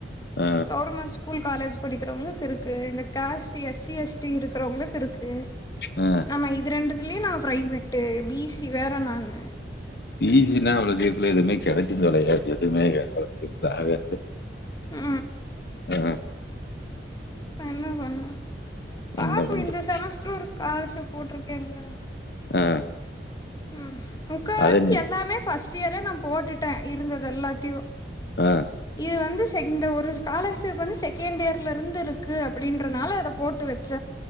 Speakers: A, on the left (about 60°); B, on the left (about 20°).
A: ஆ
B: கவுர்மெண்ட் ஸ்கூல் காலேஜ் படிக்கிறவங்களுக்கு இருக்கு இந்த காஸ்டி எஸ் சி எஸ் டி இருக்குறவங்களுக்கு இருக்கு
A: ஆ
B: ஆமா இது ரெண்டுத்துலயு நா ப்ரைவேட்டு பி சி வேற நானு
A: பி சி னா அவ்ளோ சீக்கிரத்துல எதுமே கெடச்சு தொலையாது எதுமே அவ்ளோ சீக்கிரத்துல ஆகாது
B: ம்
A: ஆ
B: என்ன பண்ண பாப்போ
A: என்ன பண்றது
B: இந்த செமஸ்ட்ரு ஒரு ஸ்காலர்ஷிப் போட்ருக்கேன்ல
A: ஆ
B: ம் முக்காவாசி
A: அதை நீ
B: எல்லாமே ஃபஸ்ட் இயரே நா போட்டுட்ட இருந்தது எல்லாத்தையு
A: ஆ
B: இது வந்து செ இந்த ஒரு ஸ்காலர்ஷிப் வந்து செகண்ட் இயர்லருந்து இருக்கு அப்டின்றனால அத போட்டு வச்ச